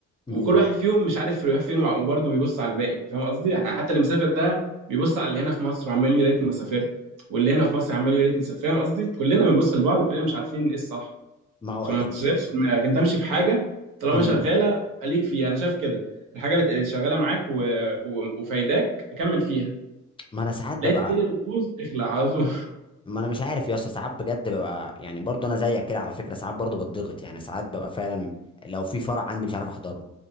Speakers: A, on the left; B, on the right.
A: مم.
B: وكل واحد فيهم مش عارف يروح فين وبرضه بيبص على الباقي فاهم قصدي يعني حتى اللي مسافر ده بيبص على اللي هنا في مصر وعمال يقول يا ريتني ما سافرت واللي هنا في مصر عمال يقول يا ريتني سافرت فاهم قصدي كلنا بنبص لبعض وكلنا مش عارفين ايه الصح
A: ما هو
B: فما
A: طب
B: تشغلش دماغك انت امشي في حاجه طالما
A: مم.
B: شغاله خليك فيها انا شايف كده الحاجه اللي اللي شغاله معاك و... و... وفايداك اكمل فيها
A: ما انا ساعات ببقى
B: لقيت الدنيا بتبوظ اخلع على طول
A: ما انا مش عارف يا اسطى ساعات بجد ببقى يعني برضو انا زيك كده على فكره ساعات برضو بتضغط يعني ساعات ببقى فعلا لو في فرع عندي مش عارف احضره